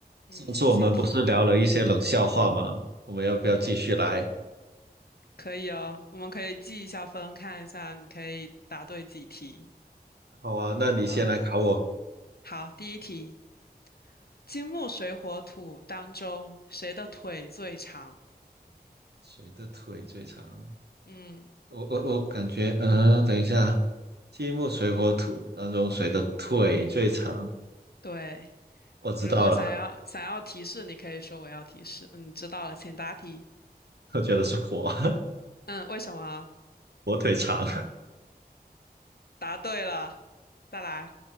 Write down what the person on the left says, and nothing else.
嗯，
今天，
嗯，可以哦，我们可以记一下分，看一下你可以答对几题。
好，好，第一题，金木水火土当中，谁的腿最长？
嗯，
对，
你如果想要想要提示，你可以说我要提示。嗯，你知道了，请答题。
嗯，为什么？
答对了，再来。